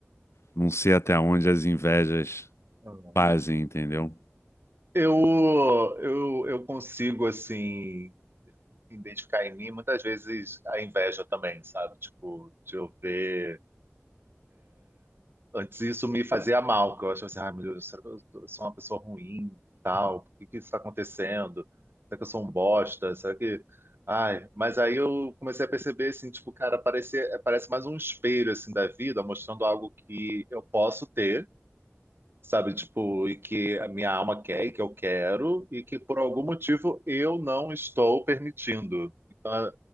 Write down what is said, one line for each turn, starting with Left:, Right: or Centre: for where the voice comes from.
Left: não sei até onde as invejas
Right: uhum.
Left: fazem, entendeu?
Right: Eu, eu, eu consigo, assim, identificar em mim muitas vezes a inveja também, sabe? Tipo, de eu ver. Antes isso me fazia mal, que eu achava assim, ai meu Deus, será que eu tô- sou uma pessoa ruim, tal? Por que que isso está acontecendo? Será que eu sou um bosta? Será que. Ai, mas aí eu comecei a perceber, assim, tipo, cara, parece, parece mais um espelho, assim, da vida, mostrando algo que eu posso ter sabe? Tipo, e que a minha alma quer e que eu quero e que por algum motivo eu não estou permitindo. Então, é-